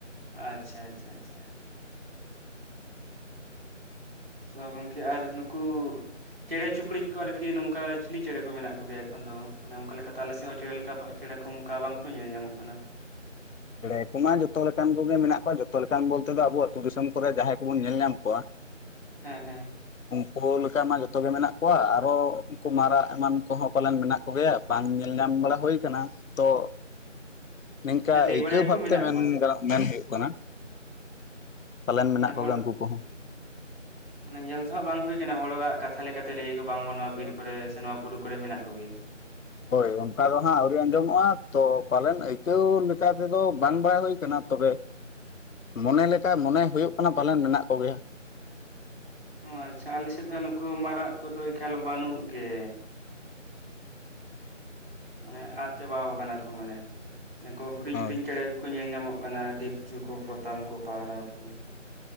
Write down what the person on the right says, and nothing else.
ᱟᱪᱪᱷᱟ ᱟᱪᱪᱷᱟ ᱟᱪᱪᱷᱟ ᱛᱚ ᱜᱚᱢᱠᱮ ᱟᱨ ᱱᱩᱠᱩᱼᱼ ᱪᱮᱸᱬᱮ ᱪᱩᱯᱲᱩ ᱠᱚ ᱟᱨᱠᱤ ᱱᱚᱝᱠᱟ ᱪᱤᱞᱤ ᱪᱮᱸᱬᱮ ᱠᱚ ᱢᱮᱱᱟᱜ ᱠᱚ ᱜᱮᱭᱟ ᱮᱠᱷᱚᱱ ᱫᱚ ᱢᱟᱱᱮ ᱚᱱᱠᱟ ᱞᱮᱠᱟ ᱛᱮ ᱟᱞᱮ ᱥᱮᱫ ᱦᱚᱸ ᱪᱮᱸᱬᱮ ᱞᱮᱠᱟ ᱪᱮᱸᱬᱮ ᱠᱚ ᱚᱱᱠᱟ ᱵᱟᱝ ᱠᱚ ᱧᱮᱞ ᱧᱟᱢᱚᱜ ᱠᱟᱱᱟ
ᱦᱮᱸ ᱦᱮᱸ
<inaudible>
ᱞᱟᱹᱭ
ᱵᱟᱲᱟᱭᱟᱠᱚ
ᱢᱮᱱᱟᱜ
ᱠᱚᱣᱟ ᱥᱮ ᱪᱮᱫ
ᱢᱟᱱᱮ
ᱦᱚᱲᱟᱜ
ᱢᱟᱱᱮ ᱧᱮᱞ ᱛᱮᱦᱟᱜ ᱵᱟᱝ ᱦᱩᱭ ᱠᱟᱱᱟ ᱦᱚᱲᱟᱜ ᱠᱟᱛᱷᱟ ᱞᱮᱠᱟ ᱛᱮ ᱞᱟᱹᱭ ᱟᱠᱚ ᱵᱟᱝᱢᱟ ᱱᱚᱣᱟ ᱵᱤᱨ
ᱠᱚᱨᱮ ᱥᱮ ᱱᱚᱣᱟᱼᱼ ᱯᱩᱨᱩ ᱠᱚᱨᱮ ᱢᱮᱱᱟᱜ ᱠᱚ ᱜᱮᱭᱟ
ᱚᱸ ᱟᱸᱪᱷᱟ ᱟᱞᱮ ᱥᱮᱡ ᱫᱚ ᱦᱟ ᱱᱩᱠᱩ ᱢᱟᱨᱟᱜ ᱠᱚᱫᱚ ᱮᱠᱟᱞ ᱵᱟᱹᱱᱩᱜ ᱜᱮ᱾ ᱢᱟᱱᱮ ᱟᱫ ᱪᱟᱵᱟᱣ ᱠᱟᱱᱟ ᱠᱚ ᱢᱟᱱᱮ ᱱᱩᱠᱩ ᱦᱩᱰᱤᱧ
ᱦᱩᱰᱤᱧ ᱪᱮᱬᱮ ᱜᱮᱠᱚ ᱧᱮᱞ ᱧᱟᱢᱚᱜ᱾ ᱠᱟᱱᱟ ᱰᱷᱤᱯᱪᱩ ᱠᱚ ᱯᱚᱛᱟᱢ ᱠᱚ ᱯᱟᱣᱨᱟ ᱠᱚ᱾